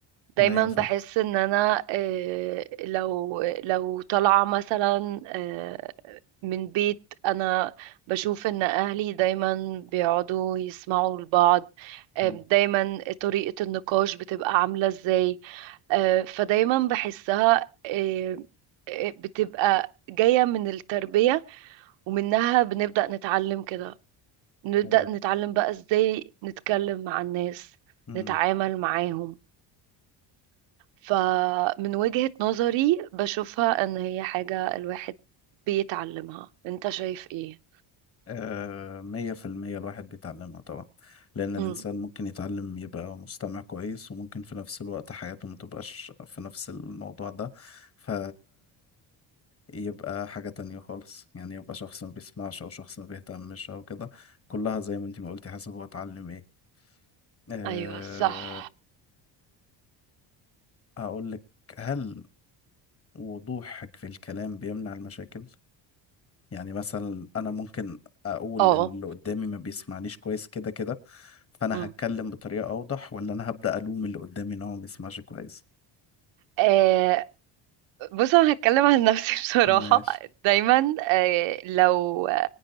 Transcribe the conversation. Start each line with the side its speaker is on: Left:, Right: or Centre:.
Right: دايما
Left: ايوه
Right: بحس
Left: فاهم
Right: ان انا آه، لو لو طالعة مثلا آه، من بيت انا بشوف ان اهلي دايما بيقعدوا يسمعوا لبعض آه،
Left: مم.
Right: دايما طريقة النقاش بتبقى عاملة ازاي آه، فدايما بحسها آه، آه، بتبقى جاية من التربية ومنها بنبدأ نتعلم كده نبدأ
Left: ايوه
Right: نتعلم بقى ازاي نتكلم مع الناس
Left: امم
Right: نتعامل معاهم فمن وجهة نظري بشوفها ان هي حاجة الواحد بيتعلمها انت شايف ايه
Left: آه مية في المية الواحد بيتعلمها طبعا لأن الإنسان
Right: امم
Left: ممكن يتعلم يبقى مستمع كويس وممكن في نفس الوقت حياته ما تبقاش في نفس الموضوع ده ف يبقى حاجة تانية خالص يعني يبقى شخص ما بيسمعش أو شخص ما بيهتمش أو كده كلها زي ما انتي ما قلتي حسب هو اتعلم ايه أه
Right: ايوه صح
Left: هقولك هل وضوحك في الكلام بيمنع المشاكل؟ يعني مثلا انا ممكن اقول
Right: اه
Left: ان اللي قدامي ما بيسمعنيش كويس كده كده فانا
Right: امم
Left: هتكلم بطريقة اوضح ولا انا هبدأ الوم اللي قدامي ان هو ما بيسمعش كويس
Right: آه بص انا هتكلم عن نفسي <laughs> بصراحة
Left: ماشي
Right: دايما آه لو